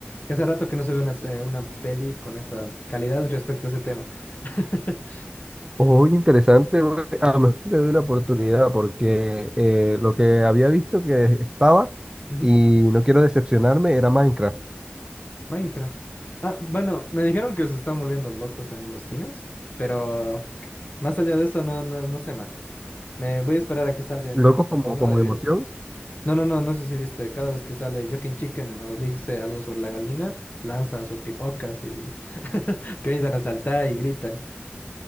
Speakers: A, on the left; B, on the right.
A: que hace rato que no se ve una, eh, una peli con esa calidad respecto a ese tema. <laughs>
B: Oye, interesante, güey. a lo mejor le doy la oportunidad porque eh, lo que había visto que estaba
A: Ujú.
B: y no quiero decepcionarme era Minecraft.
A: Minecraft. Ah, bueno, me dijeron que se están volviendo locos en los cines, pero más allá de eso no, no, no sé más. Me voy a esperar a que salga en
B: Locos
A: mi plataforma
B: como, como
A: de
B: de
A: video.
B: emoción.
A: No, no, no, no sé si viste, cada vez que sale Joking Chicken o dice algo sobre la gallina, lanzan sus pipocas y <laughs> comienzan a saltar y gritan.